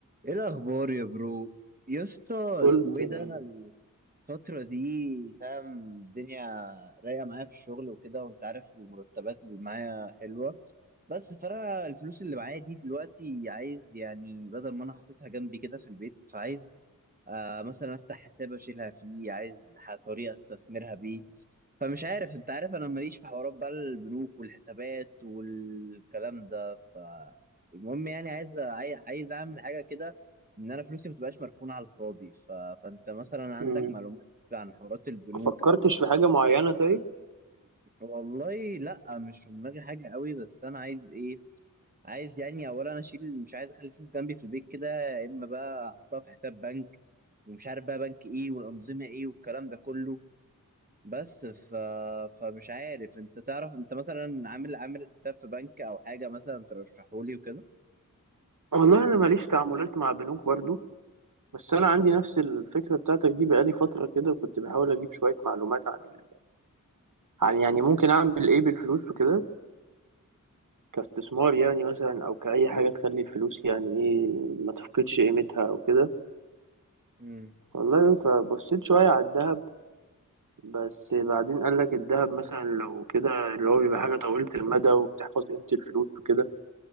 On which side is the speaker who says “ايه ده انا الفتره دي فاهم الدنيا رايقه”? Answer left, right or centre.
Right